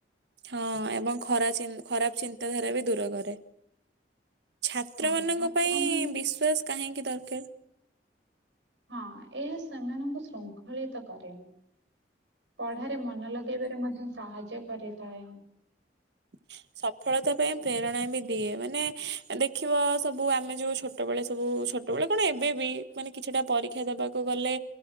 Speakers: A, on the right; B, on the right.
A: ହଁ ଏବଂ ଖରା-ଚିନ୍ତ୍- ଖରାପ୍ ଚିନ୍ତାଧାରା ବି ଦୂର କରେ। ଛାତ୍ର
B: ହଁ
A: ମାନଙ୍କ
B: ଛାତ୍ର
A: ପାଇଁ
B: ମାନେ
A: ବିଶ୍ଵାସ କାହିଁକି ଦରକାର୍?
B: ହଁ ଏହା ସେମାନଙ୍କୁ ଶୃଙ୍ଖଳିତ କରେ। ପଢାରେ ମନ ଲଗେଇବାରେ ମଧ୍ୟ ସାହାଯ୍ୟ କରିଥାଏ।
A: <inaudible> ସଫଳତା ପାଇଁ ପ୍ରେରଣା ବି ଦିଏ ମାନେ ଦେଖିବ ସବୁ ଆମେ ଯଉ ଛୋଟବେଳେ ସବୁ ଛୋ ଛୋଟବେଳେ କଣ ଏବେ ବି ମାନେ କିଛିଟା ପରୀକ୍ଷା ଦବାକୁ ଗଲେ